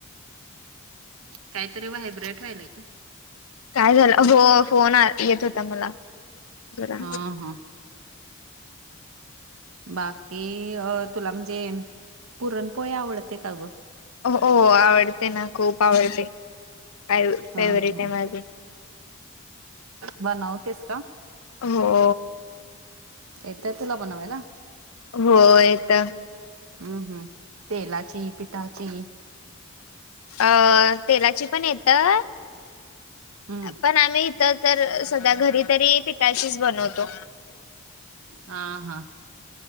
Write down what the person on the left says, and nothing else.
काय झालं? हो फोन येत होता मला. जरा
हो, हो. आवडते ना खूप आवडते. काय फेवरेट
आहे माझे
हो.
होय येतं.
अ तेलाची पण येतं,
पण आम्ही तर, तर सध्या घरी तरी पिठाचीच बनवतो.